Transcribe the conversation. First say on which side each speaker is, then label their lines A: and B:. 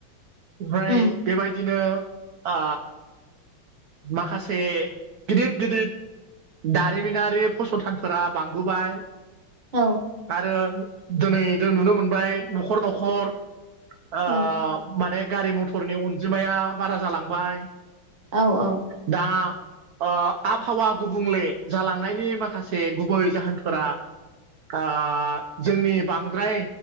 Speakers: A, on the right (about 65°); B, on the right (about 30°).
A: ओमफ्राय
B: उम
A: बेबायदिनो ओ माखासे गिदिर गिदिर दारिमिनारि फसंथानफोरा बांबोय
B: औ
A: आरो दोनै जों नुनो मोनबाय नखर नखर ओ
B: औ
A: माने गारि मथरनि अनजिमाया बारा जालांबाय।
B: औ औ
A: दा ओ आबहावा गुबुंले जालांनायनि माखासे गुबै जाहोनफोरा आ जोंनि बांद्राय